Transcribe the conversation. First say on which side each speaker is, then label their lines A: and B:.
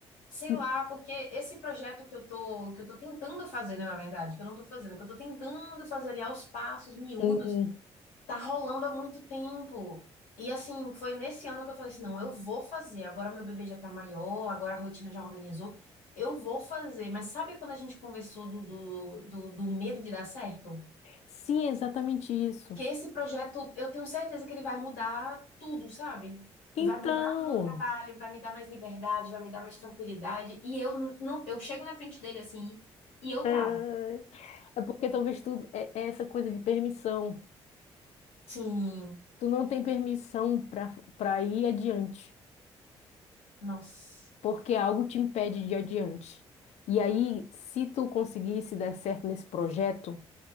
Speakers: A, on the left; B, on the left.
A: Sei
B: Hum,
A: lá, porque esse projeto que eu tô, que eu tô tentando fazer, né, na verdade, que eu não tô fazendo, que eu tô tentando fazer ali aos passos miúdos,
B: hum.
A: tá rolando há muito tempo. E assim, foi nesse ano que eu falei assim, não, eu vou fazer. Agora meu bebê já tá maior, agora a rotina já organizou. Eu vou fazer, mas sabe quando a gente conversou do, do, do do medo de dar certo?
B: Sim, exatamente isso.
A: que esse projeto, eu tenho certeza que ele vai mudar tudo, sabe?
B: Então,
A: Vai mudar o meu trabalho, vai me dar mais liberdade, vai me dar mais tranquilidade. E eu n- não, eu chego na frente dele assim e eu
B: ai,
A: travo.
B: é porque talvez tu é, é essa coisa de permissão.
A: Sim,
B: Tu não tem permissão para para ir adiante,
A: nossa.
B: porque algo te impede de ir adiante. E aí, se tu conseguisse dar certo nesse projeto